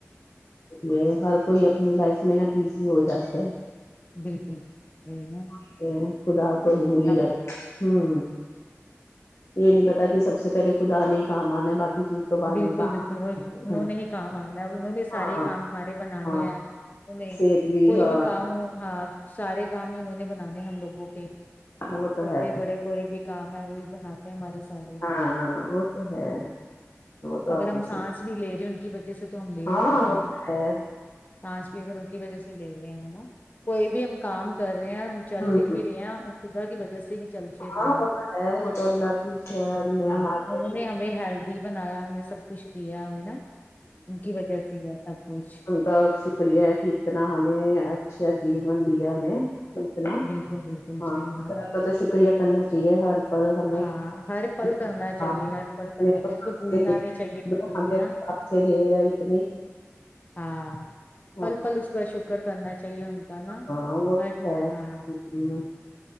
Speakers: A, on the left (about 60°); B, on the left (about 35°).
A: ہاں ہر کوئی اپنی لائف میں نا بزی ہو جاتا ہے
B: بالکل وہی نا
A: وہی تو ہے خدا کو بھول ہی
B: ہم
A: جاتا امم یہ نہیں پتا کہ سب سے پہلے خدا نے ہی کام آنا ہے باقی چیز تو بعد
B: بالکل
A: میں
B: بالکل وہ
A: کام
B: انہوں نے ہی کام آنا انہوں نے سارے
A: ہاں
B: کام ہمارے بنانے
A: ہاں
B: ہیں انیں
A: صحت
B: کوئی
A: ہاں
B: بھی کام ہاں سارے کام ہی انہوں نے بنانے ہیں لوگوں کے چھوٹے
A: وہ تو ہے
B: بڑے کوئی بھی کام ہے وہی بناتے ہمارے سارے
A: ہاں ہاں وہ تو ہے تو
B: اگر
A: آپ
B: ہم
A: نے صحیح
B: سانس بھی لے رہے ہیں ان کی وجہ سے تو ہم لے
A: ہاں
B: رہے ہیں سانس
A: وہ تو
B: بھی
A: ہے
B: سانس بھی ہم انکی وجہ سے لے رہے ہیں نا کوئی بھی ہم کام کر رہے ہیں ہم چل
A: ہوں
B: پھر بھی رہے ہیں اور خدا کی وجہ سے ہی چل پر
A: ہاں
B: رہے ہیں
A: وہ تو ہے وہ تو اللہ کی نعمات
B: ہاں
A: ہے
B: انہوں
A: کہ
B: نے ہمیں ہیلدی بنایا ہم سب کچھ دیا ہو نا انکی وجہ سے ہے سب کچھ
A: انکا شک ریہ ہے کہ اتنا ہمیں اچھا جیون دیا ہمیں اتنا
B: بالکل بالکل
A: ہاں
B: جی
A: آپ کا تو شکریہ کرنا چاہیے ہر ہمیں
B: ہاں ہر پل
A: <unintelligible>
B: کرنا چاہیے ہر پل کرنا چاہیے کو بھولنا نہیں چاہیے بالکل بھی نا
A: <unintelligible>
B: ہاں
A: ہاں
B: پل پل اس کا شکر کرنا چاہیے ہم ہے نا
A: ہاں وہ
B: ہاں
A: تو ہے ہوں